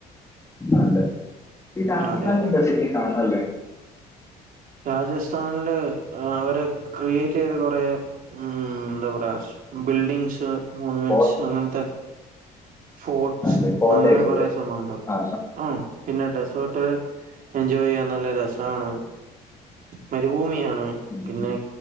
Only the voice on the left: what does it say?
ആല്ലേ ഈ രാജസ്ഥാനിൽ
ശരിക്ക് എന്താ കാണാനുള്ളത്
കോ
ആണല്ലേ കോട്ടയൊക്കെല്ലേ
ആ
ഉം